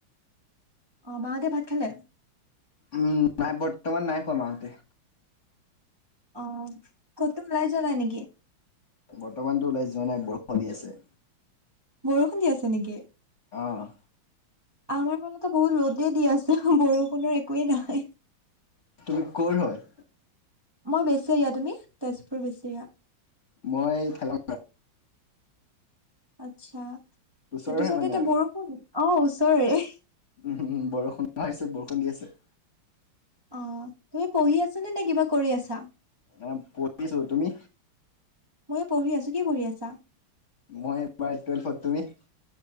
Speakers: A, on the right; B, on the left.
A: অ', মাহতে ভাত খালে?
B: উম, নাই বৰ্তমান নাই খোৱা মাহঁতে।
A: অ', ক'তো ওলাই যোৱা নাই নেকি?
B: বৰ্তমানতো ওলাই যোৱা নাই বৰষুণ দি আছে।
A: বৰষুণ দি আছে নেকি?
B: অঁ'।
A: আমাৰ ফালে তো বহুত ৰ'দেই দি আছে বৰষুণৰ একোৱেই নাই।
B: তুমি ক'ৰ হয়?
A: মই বেছেৰীয়া তুমি তেজপুৰ বেছেৰীয়া।
B: মই ঠেলা
A: আচ্ছা
B: ওচৰৰে
A: সেইটো চাইডে
B: মানে
A: এতিয়া
B: আৰু
A: বৰষুণ অ', ওচৰেৰে।
B: উম, বৰষুণ আহিছে বৰষুণ দি আছে।
A: অ', তুমি পঢ়ি আছা নে কিবা কৰি আছা?
B: অ', পঢ়িছো তুমি?
A: ময়ো পঢ়ি আছো কি পঢ়ি আছা?
B: মই এইবাৰ টুৱেল্ভত তুমি?